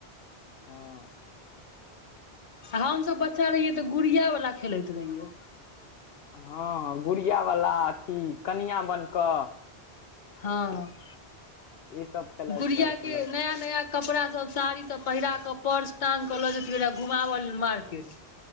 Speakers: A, on the left (about 65°); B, on the left (about 45°).
A: हँ।
B: हमसब बच्चा रहियै तऽ गुड़िया वला खेलैत रहियै।
A: हँ गुड़िया बला अथी कनिआ बन कऽ
B: हँ
A: ई सब खेलाइत
B: गुड़िया
A: रहे छै
B: के
A: लड़की
B: नया नया कपड़ा सब साड़ी सब पहिरा क पर्स टाँंग क लऽ जेतियै रहै घुमाव लेल मार्केट।